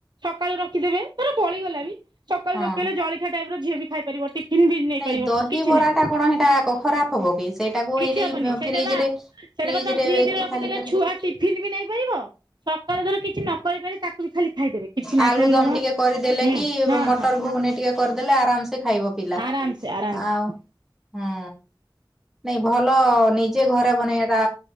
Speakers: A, on the right; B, in the centre.
A: ସକାଳୁ ରଖିଦେବେ ଧର ବଳିଗଲା ବି ସକାଳୁ
B: ହଁ
A: ରଖିେଲେ ଜଳଖିଆ ଟାଇପ ର ଝିଅ ବି ଖାଇପାରିବ। ଟିଫିନ ବି ନେଇପାରିବ
B: ନାଇଁ ଦହି
A: କିଛି
B: ବରା
A: ନାହିଁ
B: ଟା କଣ ଏଇଟା ଖରାପ ହବ କି। ସେଇଟାକୁ
A: କିଛି
B: ଏଇଠି
A: ହବନି ସେଇଟା
B: ଫ୍ରିଜ
A: ବା
B: ରେ ଫ୍ରିଜ
A: ସେଇଟା ବା ତମେ
B: ରେ
A: ଫ୍ରିଜରେ
B: କି
A: ରଖିଦେଲେ
B: ଖାଲିଟାରେ
A: ଛୁଆ ଟିଫନ୍ ବି ନେଇ ପାରିବ। ସକାଳ ଧର କିଛି ନ କରି ପାରେ ତାକୁ ବି ଖାଲି ଖାଇଦେବେ। କିଛି ନାହିଁ
B: ଆଲୁ
A: ଖାଲି
B: ଦମ
A: ଲୁଣ
B: ଟିକେ କରିଦେଲେ
A: ହୁଁ
B: କି
A: ହଁ
B: ମଟର
A: ହଁ
B: ଘୁଗନୀ ଟିକେ କରିଦେଲେ ଆରାମସେ ଖାଇବ। ପିଲା
A: ଆରାମସେ ଆରାମସେ
B: ଆଉ
A: ହଁ
B: ହୁଁ ନାଇଁ ଭଲ ନିଜେ ଘରେ ବନେଇ ଏଟା